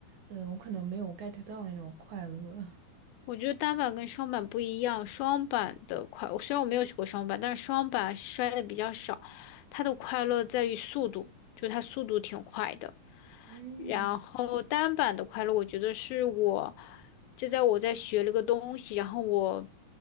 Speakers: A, on the right (about 70°); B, on the left (about 85°).
A: 嗯、我可能没有 get 到那种快乐。
B: 我觉得单板跟双板不一样，双板的快，虽然我没有学过双板，但是双板摔的比较少，它的快乐在于速度，就是它速度挺快的。
A: 嗯
B: 然后单板的快乐，我觉得是我，这在我在学了个东西，然后我